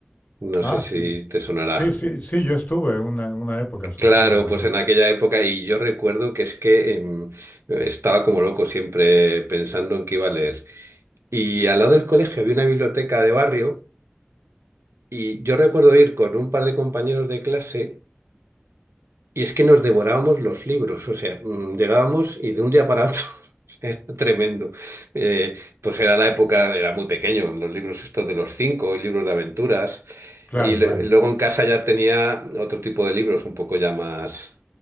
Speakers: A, on the right (about 80°); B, on the left (about 45°).
A: No
B: Ah,
A: sé
B: sí.
A: si te sonará.
B: Sí, sí, sí, yo estuve en una, en una época suscrito
A: Claro,
B: también.
A: pues en aquella época, y yo recuerdo que es que em, estaba como loco siempre pensando en qué iba a leer. Y al lado del colegio había una biblioteca de barrio, y yo recuerdo ir con un par de compañeros de clase. Y es que nos devorábamos los libros, o sea, mm, llegábamos y de un día para otro <laughs> o sea, era tremendo. Eh, pues era la época, era muy pequeño, los libros estos de los cinco y libros de aventuras.
B: Claro,
A: Y le-
B: claro.
A: luego en casa ya tenía otro tipo de libros, un poco ya más,